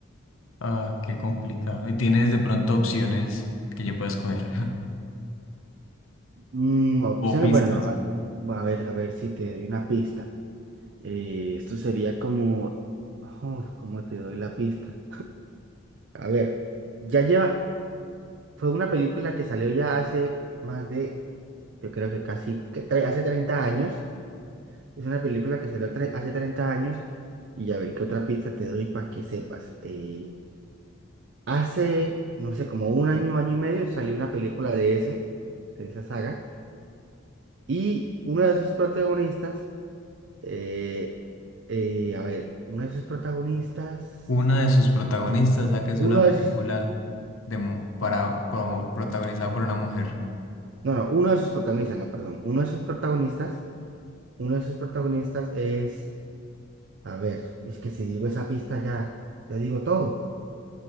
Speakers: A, on the left; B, on the right.
A: Ah, qué complicado. Y tienes de pronto opciones que yo pueda escoger <laughs>
B: Mm, opciones,
A: o pistas.
B: bueno, a, bueno, a ver, a ver si te doy una pista. Eh, esto sería como, oh, ¿cómo te doy la pista? A ver, ya lleva, fue una película que salió ya hace más de, yo creo que casi, que tre- hace 30 años. Es una película que salió tre- hace 30 años y a ver qué otra pista te doy para que sepas. Eh, hace, no sé, como un año, año y medio salió una película de ese, de esa saga. Y uno de sus protagonistas Eh, eh, a ver, uno de sus protagonistas,
A: Una de sus protagonistas, ya que es
B: uno
A: una
B: de
A: película
B: sus,
A: de, mu- para, como protagonizada por una mujer.
B: no, no, uno de sus protagonistas, no, perdón, uno de sus protagonistas, uno de sus protagonistas es, a ver, es que si digo esa pista ya, ya digo todo.